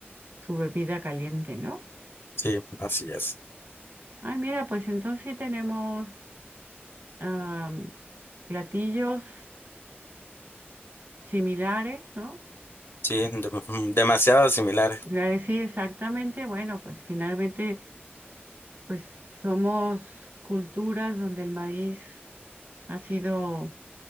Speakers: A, on the right; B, on the left.
A: su bebida caliente, ¿no?
B: Sí, así es.
A: Ay, mira, pues entonces sí tenemos am, platillos similares, ¿no?
B: Sí, de- demasiado similar.
A: Eh, Sí, exactamente. Bueno, pues finalmente, pues somos culturas donde el maíz ha sido